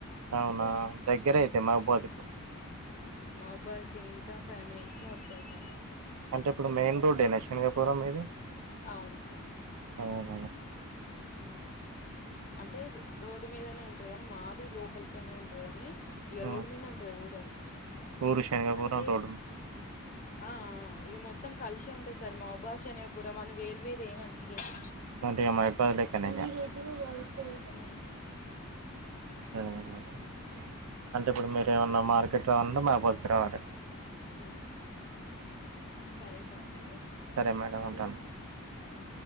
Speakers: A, on the right (about 80°); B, on the left (about 40°).
A: అవునా దగ్గరైతే మభోధకు
B: మాబ్బాద్ కింత ఫైవ్ మినిట్స్ లో తెల్సా నేను
A: అంటే ఇప్పుడు మెయిన్ రోడ్డు ఏనా శనగాపురం మీది
B: అవును సార్
A: అవును,
B: అవున అంటే రోడ్డు మీదనే ఉంటది కానీ మాది లోపలికి ఇగ నేను ఉంటా కాని ఈక
A: మ్మ్.
B: రోడ్ మీనే ఉంటది ఊరది
A: ఊరు శనగపురం
B: అంటే
A: రోడ్డు
B: ఆ ఆ ఇగ మొ త్తం కలిషే వుంటది. సార్ మాబ్బాష అనేపురం అని వేర్ వేరు ఏమి అని పియద్
A: అంటిగా మైబాదులే కనే ఇగ తెంట
B: ఉమ్
A: సరేలేండి మేడం ప్చ్ అంటే ఇప్పుడు మీరు ఏమన్నా, మార్కెట్ రావాల్నటే మా గుత్తురావాట్
B: హ్మ్మ్ సరే సార్ మరే
A: సరే మేడం ఉంటాను
B: ఆ